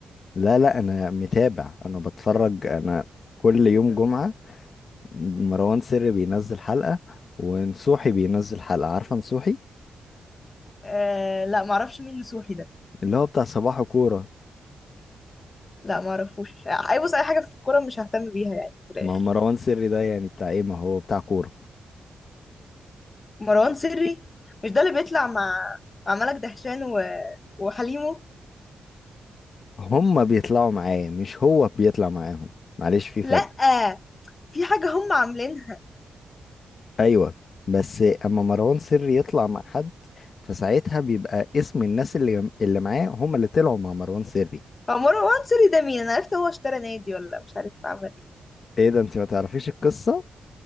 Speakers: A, on the left; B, on the left.
A: لا لا أنا متابع أنا بتفرج أنا كل يوم جمعة مروان سري بينزل حلقة ونصوحي بينزل حلقة عارفة نصوحي
B: آه لا معرفش مين نسوحي ده
A: اللي هو بتاع صباح كورة
B: لا معرفوش اي بص اي حاجة في الكورة مش ههتم بيها يعني في الاخر
A: ما هو مروان سري ده يعني بتاع ايه ما هو بتاع كورة
B: مروان سري مش ده اللي بيطلع مع مع ملك دهشان و... وحليمه
A: هما بيطلعوا معاه مش هو بيطلع معاهم معلش في فرق
B: لأ في حاجة هم عاملينها
A: ايوه بس اما مروان سري يطلع مع حد فساعتها بيبقى اسم الناس اللي اللي معاه هما اللي طلعوا مع مروان سري
B: هو مروان سوري ده مين انا عرفت هو اشترى نادي ولا مش عارف عمل ايه
A: ايه ده انت ما تعرفيش القصة